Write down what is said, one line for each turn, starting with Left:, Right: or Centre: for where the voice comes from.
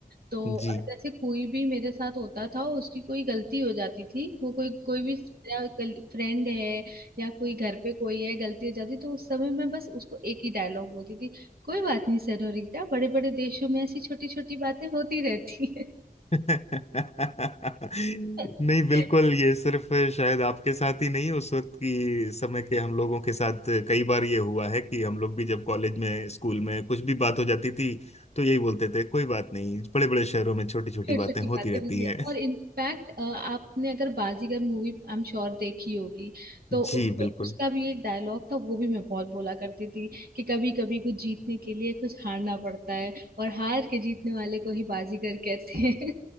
Right: तो अ,
Left: जी
Right: जैसे कोई भी मेरे साथ होता था उसकी कोई गलती हो जाती थी वो कोई कोई भी मेरा फ्रेंड है या कोई घर पे कोई है गलती हो जाती तो उस समय मैं बस उसको एक ही डायलॉग बोलती थी कोई बात नहीं सेनोरिटा बड़े बड़े देशों में ऐसी छोटी छोटी बातें होती रहती है
Left: नहीं
Right: <laughs>
Left: बिल्कुल ये सिर्फ शायद आपके साथ ही नहीं उस वक्त की समय के हम लोगों के साथ कई बार ये हुआ है कि हम लोग भी जब कॉलेज में स्कूल में कुछ भी बात हो जाती थी तो यही बोलते थे कोई बात नहीं बड़े बड़े शहरों में छोटी छोटी
Right: छोटी छोटी
Left: बातें होती
Right: बातें
Left: रहती
Right: होगी
Left: हैं
Right: और इनफैक्ट आपने अगर Baazigar movie I am sure देखी होगी तो
Left: <laughs>
Right: उस,
Left: जी बिल्कुल
Right: उसका भी एक डायलॉग था वो भी मैं बहुत बोला करती थी कि कभी कभी कुछ जीतने के लिए कुछ हारना पड़ता है और हार के जीतने वाले को ही बाजीगर कहते हैं